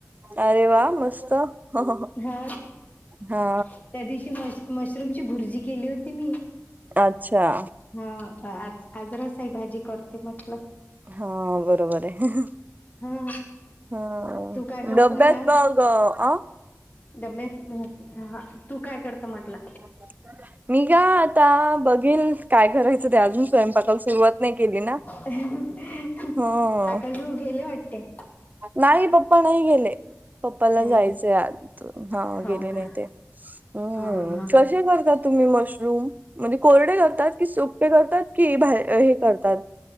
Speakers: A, on the right; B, on the left.
A: अरे वाह मस्त हहह,
B: हा
A: हा.
B: त्या दिवशी मश मशरूमची भुर्जी केली होती मी.
A: अच्छा
B: हा आज, आज रसाई भाजी करते म्हटलं.
A: हा बरोबर आहे.
B: हा
A: हा
B: तू काय करत
A: डब्यात
B: आज
A: मग आ?
B: डब्यात तू काय करत? म्हटला.
A: <inaudible> मी का आता बघीन, काय करायचं ते अजून स्वयंपाकाला सुरुवात नाही केली ना.
B: ह
A: ह
B: आकाश भाऊ गेले वाटतय.
A: नाही पप्पा नाही गेले. पप्पाला
B: नाही
A: जायचंय आज तर, हा
B: का
A: गेले
B: हो का
A: नाही ते, हम्म.
B: हा हा
A: कसे करता तुम्ही मशरूम? म्हणजे कोरडे करतात की सुके करतात की भाय अ हे. करतात.